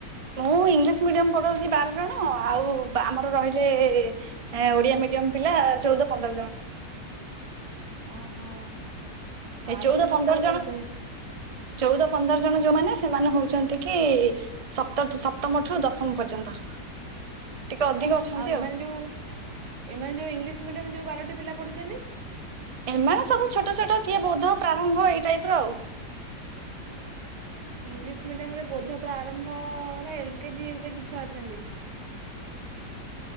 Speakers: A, on the right (about 35°); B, on the right (about 75°).
A: ମୁଁ ଇଂଲିଶ ମିଡିୟମ ପଢଉଛି ବାର ଜଣ ଆଉ ଆମର ରହିଲେ ଏ ଓଡିଆ ମିଡିୟମ ପିଲା ଚଉଦ ପନ୍ଦର ଜଣ।
B: ଓହୋ ବାର
A: ଏ ଚଉଦ
B: ଜଣ
A: ପନ୍ଦର
B: ଛୁଆ ପଢୁଥିଲେ।
A: ଚଉଦ ପନ୍ଦର ଜଣ ଯୋଉମାନେ ସେମାନେ ହଉଛନ୍ତି କି ସପ୍ତଠୁ ସପ୍ତମଠୁ ଦଶମ ପର୍ଯ୍ୟନ୍ତ। ଟିକେ ଅଧିକ ଅଛନ୍ତି
B: ଆଉ ଏମାନେ ଯୋଉ ଏମାନେ ଯୋଉ ଇଂଲିଶ ମିଡିୟମ ଯୋଉ ବାରଟି ପିଲା ପଢୁଛନ୍ତି?
A: ଏମାନେ ସବୁ ଛୋଟ ଛୋଟ କିଏ ବୋଧ ପ୍ରାରମ୍ଭ ଏଇ ଟାଇପ ର ଆଉ।
B: ଇଂଲିଶ ମିଡିୟମରେ ବୋଧ ପ୍ରାରମ୍ଭରେ ଏଲ କେଜି, ୟୁ କେଜି ଛୁଆ ଅଛନ୍ତି।